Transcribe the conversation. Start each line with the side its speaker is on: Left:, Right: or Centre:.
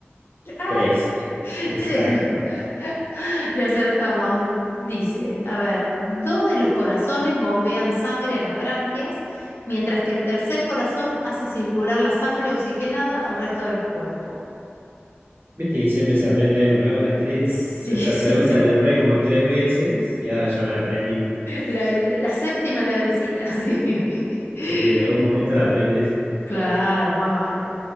Left: Ah,
Right: Tres,
Left: <laughs>
Right: exacto.
Left: tres. <laughs> Le acertamos. Dice, a ver, dos de los corazones bombean sangre a las branquias, mientras que el tercer corazón hace circular la sangre oxigenada al resto del cuerpo.
Right: ¿Viste que siempre se aprende algo nuevo en las trivias?
Left: Sí,
Right: Yo esta
Left: <laughs> sí,
Right: pregunta
Left: sí.
Right: la erré como tres veces y ahora ya me la aprendí.
Left: La, la séptima es la vencida. <laughs> sí.
Right: Sí, En algún momento la aprendes.
Left: Claro, más vale.